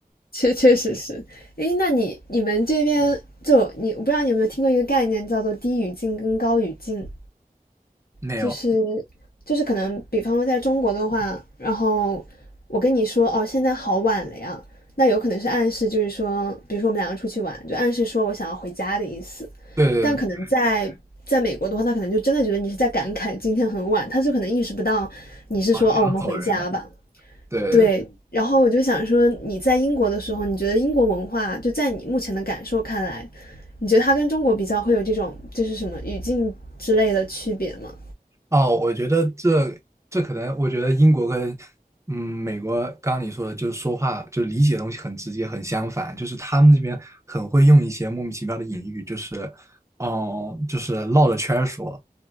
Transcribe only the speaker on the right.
没有，
对对对，
然后走人了。
对对
哦，我觉得这这可能，我觉得英国跟嗯美国，刚刚你说的，就是说话就理解的东西很直接，很相反，就是他们这边很会用一些莫名其妙的隐喻，就是哦、就是绕着圈儿说，